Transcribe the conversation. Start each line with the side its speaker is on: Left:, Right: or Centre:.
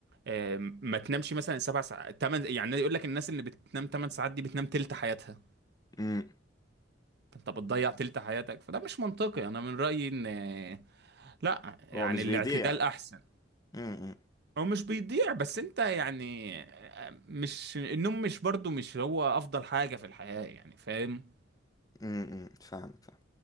Right: آه، ما تنامش مثلا سبع ساعات تمن يعني يقول لك الناس اللي بتنام 8 ساعات دي بتنام تلت حياتها
Left: مم.
Right: انت بتضيع تلت حياتك فده مش منطقي انا من رايي ان آه، لا يعني
Left: هو مش
Right: الاعتدال
Left: بيضيع
Right: احسن
Left: مم. مم.
Right: هو مش بيضيع بس انت يعني آه، مش النوم مش برضو مش هو افضل حاجة في الحياة يعني فاهم
Left: مم. فاهمك فاهمك